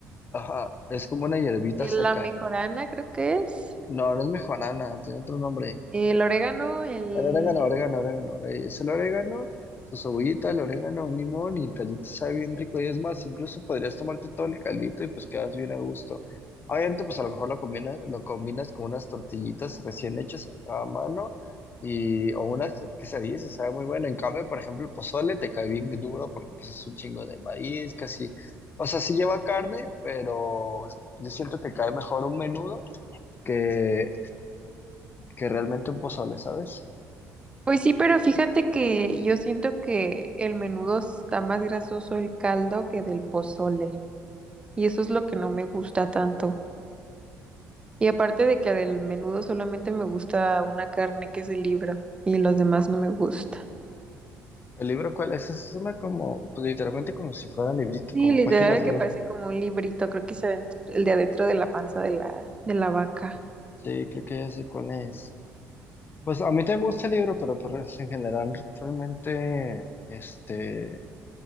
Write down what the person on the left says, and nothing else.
Ajá, es como una hierbita
seca.
No, no es mejorana, tiene otro nombre.
El orégano, orégano, orégano. eh, Es el orégano, su cebollita, el orégano, un limón y el caldito sabe bien rico. Y es más, incluso podrías tomarte todo el caldito y pues quedas bien a gusto. Obviamente, pues a lo mejor lo combinas, lo combinas con unas tortillitas recién hechas a mano y, o unas quesadillas y sabe muy bueno. En cambio, por ejemplo, el pozole te cae bien duro porque pues es un chingo de maíz, casi. O sea, sí lleva carne, pero yo siento que cae mejor un menudo que, que realmente un pozole, ¿sabes?
¿El libro cuál es? Es una como, pues literalmente como si fueran librito,
como
páginas de
libro.
Sí, creo que ya sé cuál es. Pues a mí también me gusta el libro, pero pues en general realmente, este,